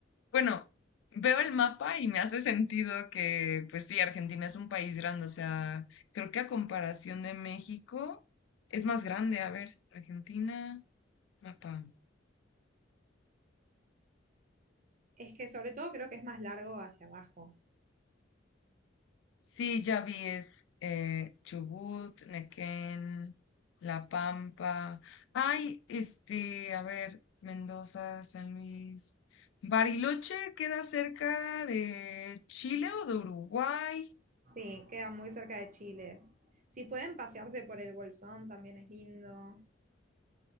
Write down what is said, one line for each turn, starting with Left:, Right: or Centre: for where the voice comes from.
Left: bueno, veo el mapa y me hace sentido que, pues sí, Argentina es un país grande, o sea, creo que a comparación de México es más grande. A ver, Argentina, mapa.
Right: Es que sobre todo creo que es más largo hacia abajo.
Left: Sí, ya vi, es eh, Chubut, Nequén, La Pampa. Ay, este, a ver, Mendoza, San Luis. Bariloche queda cerca de Chile o de Uruguay.
Right: Sí, queda muy cerca de Chile. Si pueden pasearse por el Bolsón, también es lindo.